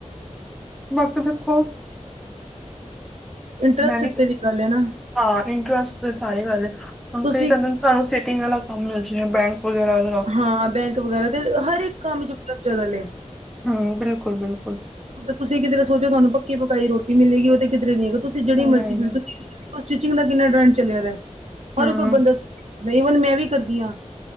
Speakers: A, in the centre; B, on the right.
A: ਮਤ ਦੇਖੋ
B: ਇੰਟਰਸਟ
A: ਮੈਂ ਵੀ,
B: ਉੱਤੇ ਗੱਲ ਹੈ ਨਾ
A: ਹਾਂ ਇੰਟਰਸਟ ਤਾਂ ਸਾਰੇ ਕਰਲੇ <unintelligible>
B: ਤੁਸੀਂ
A: ਤਆਨੂੰ ਸਿਟਿੰਗ ਆਲਾ ਕੰਮ ਮਿਲਜੇਗਾ ਬੈਂਕ ਵਗੈਰਾ ਦਾ।
B: ਹਾਂ ਬੈਂਕ ਵਗੈਰਾ ਤੇ ਹਰ ਇੱਕ ਕੰਮ ਚ ਇੰਟਰਸਟ। <unintelligible>
A: ਹੂੰ, ਬਿਲਕੁਲ-ਬਿਲਕੁਲ।
B: ਤੁਸੀਂ ਕਿਦਰੇ ਸੋਚੋ ਤਾਨੂੰ ਪੱਕੀ-ਪਕਾਈ ਰੋਟੀ ਮਿਲੇਗੀ ਓ ਤੇ ਕਿਦਰੇ ਨੀ ਹੈਗਾ ਤੁਸੀਂ ਜੇੜੀ
A: ਨਹੀਂ
B: ਮਰਜ਼ੀ ਫੀ
A: ਨਹੀਂ
B: ਆ ਸਟਿਚਿੰਗ ਦਾ ਕਿੰਨਾ ਟਰੈਂਡ ਚਲੇਆ ਵਾ,
A: ਹੂੰ
B: ਹਰ ਕੋਈ ਬੰਦਾ ਈਵਨ ਮੈਂ ਵੀ ਕਰਦੀ ਆਂ।